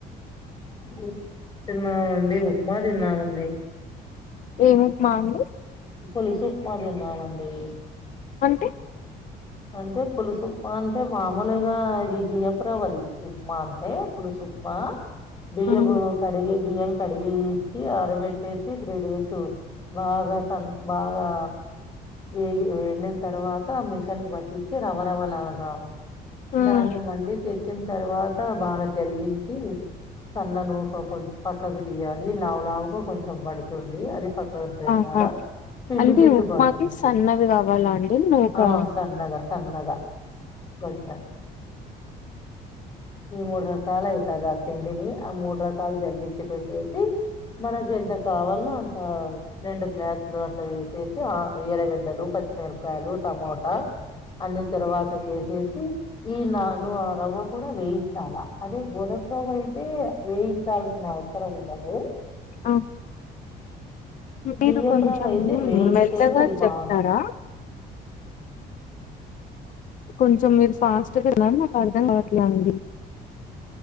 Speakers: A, on the left; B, on the left.
A: <unintelligible> ఉప్మా తిన్నామండి
B: ఏమి ఉప్మా అండి
A: చల్లి సూప్మా తిన్నామండి
B: అంటే
A: అంటే పులుసుప్మా అంటే మామూలుగా అది బియ్యపురవ్వది ఉప్మా అంటే పులుసు ఉప్మా బియ్యము
B: మ్
A: కడిగి బియ్యం కడిగిచ్చి అరబెట్టేసి త్రీ డేస్ బాగా సన్ బాగా ఏగ్ ఎండిన తర్వాత మీక్ పట్టించి రవరవ్వ లాగ
B: మ్
A: దాన్ని మళ్ళి తె చ్చిన తర్వాత బాగా జల్లించి సన్న నూక కొంచం పక్కకు తీయాలి లావు లావుగా కొంచెం పడుతుంది అది పక్ కర్ పెట్నారా
B: ఆహా
A: పిండి
B: అంటే
A: పిండి
B: ఉప్మాకి
A: పడుతుంది
B: సన్నవి కావాలా అండి నూకా
A: ఆ సన్నగా సన్నగా కొంచ్ ఈ మూడు రకాలయితదా ఆ పిండిని ఆ మూడు రకాలు జల్లిచ్చి పెట్టేసి మనకి ఎంత కావల్నో అంత రెండు గ్లాసులు అట్లా వేసేసి ఆ ఎర్రగడ్డలు పచ్ సోరకాయలు టమోటా అన్ని తర్వాత కేేసేసి ఈ నను రవ్వ గ వేయించాలా అదే గోదపు రావ్వైతే వేయించాల్సిన అవసరం ఉండదు
B: ఆ మీరు
A: బియ్యపు
B: కొంచెం
A: రవ్వ అయితే వేయిస్తేనే
B: మెల్లగా
A: అది బాగుంటది
B: చెప్తారా
A: ఉ
B: కొంచెం మీరు ఫాస్ట్గా ఉన్నారు నాకు అర్థం కావట్లే అండి